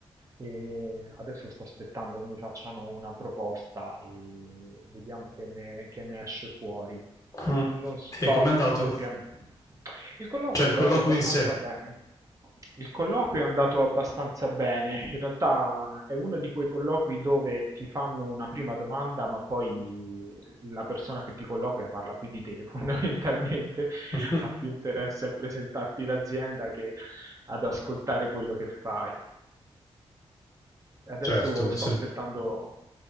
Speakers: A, on the right (about 30°); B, on the left (about 35°).
A: e adesso sto aspettando che mi facciano una proposta e vediamo che ne, che ne esce fuori.
B: Mm.
A: Non sto
B: E com'è andato?
A: propriamente. Il colloquio
B: Cioè il
A: è andato
B: colloquio
A: abbastanza
B: in sé.
A: bene. Il colloquio è andato abbastanza bene. In realtà è uno di quei colloqui dove ti fanno una prima domanda, ma poi la persona che ti colloquia parla più di te, <laughs> fondamentalmente
B: <laughs>
A: ha più interesse a presentarti l'azienda che ad ascoltare quello che fai. Adesso
B: Certo,
A: sto
B: sempre.
A: aspettando,